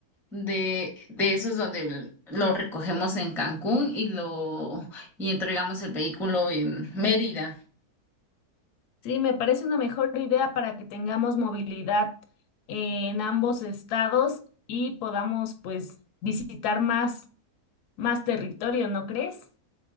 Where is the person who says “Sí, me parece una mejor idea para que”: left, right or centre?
Left